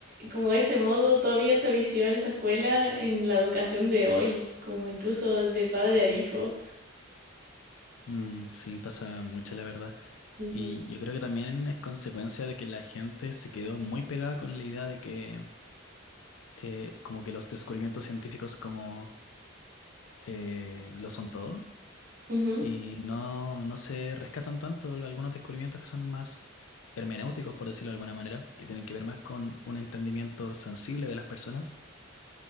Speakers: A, on the right (about 45°); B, on the left (about 80°).
A: como ese modo, todavía esa visión, esa escuela en la educación de hoy, como incluso de padre a hijo.
B: Mm, sí, pasa mucho, la verdad.
A: Ujú,
B: Y yo creo que también es consecuencia de que la gente se quedó muy pegada con la idea de que eh, como que los descubrimientos científicos como eh, lo son todo
A: ujú.
B: y no, no se rescatan tanto algunos descubrimientos que son más hermenéuticos, por decirlo de alguna manera, que tienen que ver más con un entendimiento sensible de las personas